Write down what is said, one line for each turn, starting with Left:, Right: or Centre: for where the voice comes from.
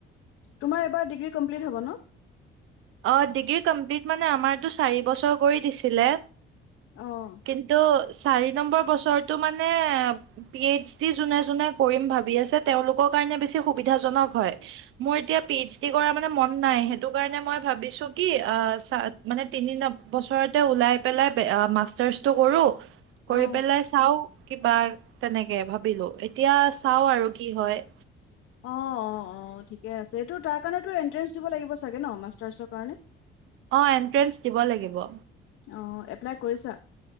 Left: তোমাৰ এইবাৰ ডিগ্ৰী কমপ্লিট হব ন?
Right: অ', ডিগ্ৰী কমপ্লিট মানে আমাৰতো চাৰি বছৰ কৰি দিছিলে।
Left: অ',
Right: কিন্তু চাৰি নম্বৰ বছৰটো মানে পি এইচ ডি যোনে যোনে কৰিম ভাবি আছে তেওঁলোকৰ কাৰণে বেছি সুবিধাজনক হয়। মোৰ এতিয়া পি এইচ ডি কৰা মানে মন নাই সেইটো কাৰণে মই ভাৱিছো কি আ, মানে তিনি বছৰতে ওলাই পেলাই আ, মাষ্টাৰ্ছ টো কৰোঁ
Left: অ
Right: কৰি পেলাই চাওঁ কিবা তেনেকে ভাবিলো এতিয়া চাঁও আৰু কি হয়?
Left: অ', অ', অ', ঠিকে আছে এইটো তাৰ কাৰণেতো এণ্ট্ৰেঞ্চ দিব লাগিব চাগে ন' মাষ্টাৰ্ছৰ কাৰণে?
Right: অ', এণ্ট্ৰেন্স দিব লাগিব।
Left: অ', এপ্লাই কৰিছা?